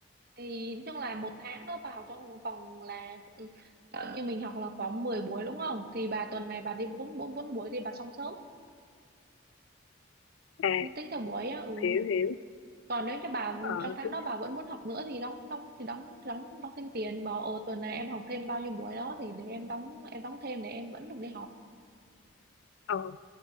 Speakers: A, on the right; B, on the left.
A: thì nói chung là một tháng đó bà học trong vòng là ừ, ờ, như mình học là khoảng 10 buổi đúng không thì bà tuần này bà đi bốn bốn bốn buổi thì bà xong sớm
B: à
A: nó tính theo buổi á ừ
B: hiểu hiểu
A: còn nếu như bà
B: ờ
A: trong tháng
B: tính-
A: đó bà vẫn muốn học nữa thì đóng đóng thì đóng đóng đóng thêm tiền bảo ồ tuần này em học thêm bao nhiêu buổi đó thì để em đóng em đóng thêm để em vẫn được đi học
B: ờ